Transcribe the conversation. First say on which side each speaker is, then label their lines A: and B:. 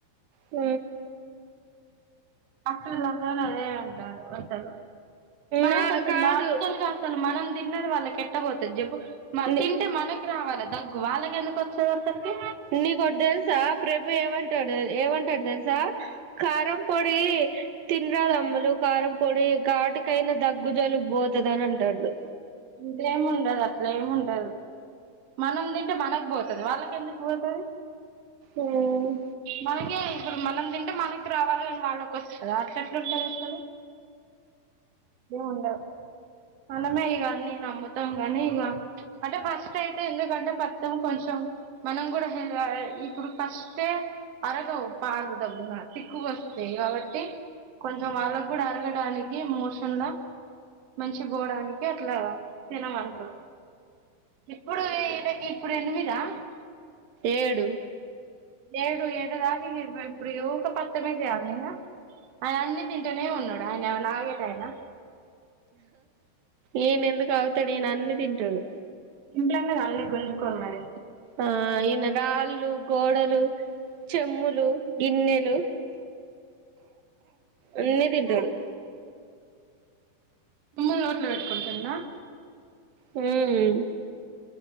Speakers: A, on the right; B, on the right.
A: ఊ
B: డాక్టర్లా అదే <unintelligible> అసలు మనకి
A: నా
B: అసలు
A: కాదు
B: లాజికల్ గా అసలు మనం తిన్నది వాళ్ళకి ఎట్టా పోతాది చెప్పు మాతింటే
A: నీ
B: మనకి రావాలా దగ్గు వాళ్ళకి ఎందుకొచ్చావ్ అస్సలకి
A: నీకొటి తెలుసా ప్రభు ఏమంటాడు ఏమంటాడు తెలుసా కారం పొడి తినరాదు అమ్మలు కారం పొడి ఘాటుకైనా దగ్గు జలుబు పోతది అని అంటాండు
B: ఇలేము ఉండదు అట్లేము ఉండదు మనం తింటే మనకు పోతాది వాళ్ళకి ఎందుకు పోతాది
A: ఉమ్
B: మనకే ఇప్పుడు మనం తింటే మనకి రావాల కాని వాళ్ళక వస్తు అట్లా ఎట్లాంటంది చ ఉండదు మనమే ఇగ నేను అమ్ముతాం, కానీ ఇక అంటే ఫస్ట్ అయితే ఎందుకంటే ఫత్తం కొంచెం మనం కూడా ఇప్పుడు ఫస్టే అరగవు పాలు దబ్బన తిక్కుకు వస్తాయి కాబట్టి, కొంచెం వాళ్ళకి కూడా అరగడానికి మోషన్ లో మంచి పోవడానికి అట్లా తినమంటరు ఇప్పుడు వీడకి ఇప్పుడు ఎనిమిది చ
A: ఏడు
B: ఏడు ఏడుదగ ఇప్పుడు ఊక పత్తేమే చేయాల్న ఇక ఆయన అన్ని తింటూనే ఉన్నాడు ఆయన నాగే టాయనా
A: ఏయన ఎందుకు ఆగుతాడు ఈయన అన్ని తింటాడు
B: <unintelligible> అన్ని గుంజుకోళ మరి
A: ఆ ఈయన గాళ్ళు కోడలు చెమ్ములు గిన్నెలు అన్నీ తింటాడు
B: ఉమ్మ నోట్లో పెట్టుకుంటున్నా
A: హ్మ్